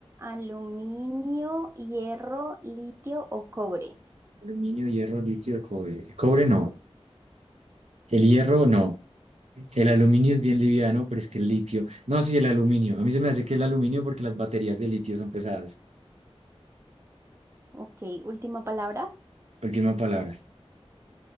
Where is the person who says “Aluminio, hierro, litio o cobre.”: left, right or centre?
Right